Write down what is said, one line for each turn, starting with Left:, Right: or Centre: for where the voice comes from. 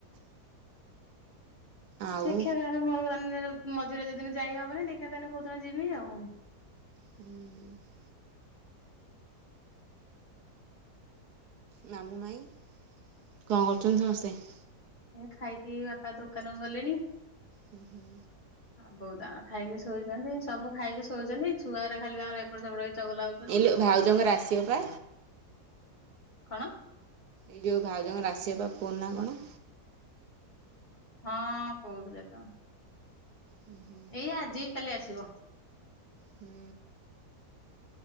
Right: ଆଉ
Left: ଦେଖିବା ଆରମ୍ଭ ହଉ <unintelligible> ମଝିରେ ଯୋଉ ଦିନ ଯାଇହବନି ଦେଖିବା ତାହେଲେ ଯୋଉଦିନ ଯିମି ଆଉ ।
Right: ହୁଁ । ମାମୁଁମାଇଁ କଣ କରୁଛନ୍ତି ସମସ୍ତେ ।
Left: ଖାଇକି ବାପା ଦୋକାନକୁ ଗଲେଣି ।
Right: ହୁଁ ହୁଁ।
Left: ହଁ ବୋଉ ତାଙ୍କର ଖାଇକି ଶୋଇଛନ୍ତି, ସବୁ ଖାଇକି ଶୋଇଛନ୍ତି, ଛୁଆ ଗୁଡା ଖାଲି ତାଙ୍କର ଏପଟେ ସେପଟେ ହେଇ ଚଗଲା ହଉଛନ୍ତି।
Right: ଏଲୁ ଭାଉଜଙ୍କର ଆସିବ ପା।
Left: କଣ?
Right: ଏଇ ଜଉ ଭାଉଜଙ୍କର ଆସିବ ପା ଫୋନ ନା କଣ?
Left: ହଁ କହୁଥିଲେ ତ।
Right: ହୁଁ ହୁଁ
Left: ଏଇ ଆଜି କି କାଲି ଆସିବ।
Right: ହୁଁ।